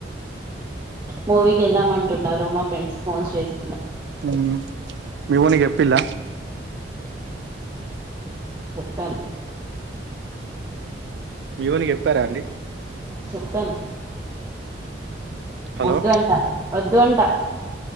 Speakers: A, on the right; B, on the right.
A: మూవీకి వెళ్దామంటున్నారు మా ఫ్రెండ్స్ ఫోన్స్ చేసి
B: ఉ మీవోనికి చెప్పిల్ల
A: చెప్పన్
B: మీవోనికి చెప్పారా అండి
A: చెప్పాను
B: హలో
A: వద్దు అంట వద్దు అంట